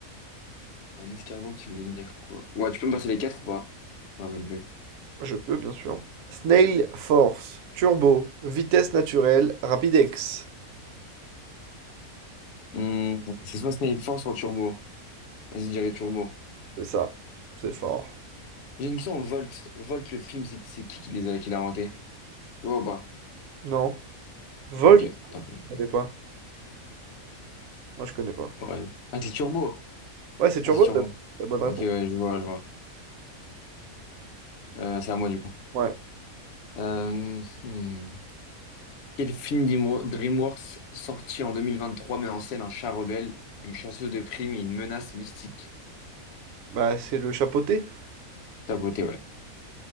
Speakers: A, on the left; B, on the right.
A: Un escargot qui veut devenir quoi? Ouais, tu peux me passer les quatre ou pas? Je me rappelle plus.
B: Je peux, bien sûr. Snail Force, Turbo, Vitesse naturelle, Rapidex.
A: Hmm, c'est soit Snake Force soit Turbo. Vas-y, je dirais Turbo.
B: C'est ça. C'est fort.
A: J'ai une question, Volt. Volt, le film, c'est c'est qui qui les a, qui l'a inventé? Tu vois ou pas?
B: Non. Volt,
A: Ok,
B: je
A: tant pis.
B: connais pas. Moi, je connais pas.
A: Ouais. Ah, c'est Turbo.
B: Ouais, c'est Turbo,
A: Ah, c'est Turbo.
B: la la bonne réponse.
A: Ok, ouais, je vois, je vois. Euh, c'est à moi, du coup.
B: Ouais.
A: Euh, hmm. Quel film Dimo- DreamWorks sorti en 2023 met en scène un chat rebelle, une chasseuse de primes et une menace mystique?
B: Bah, c'est le chapeauté.
A: Saboté, ouais.